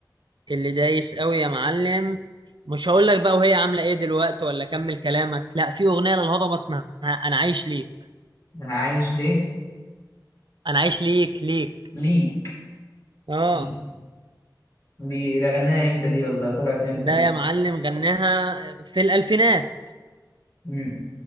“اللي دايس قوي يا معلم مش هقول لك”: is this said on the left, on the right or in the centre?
Right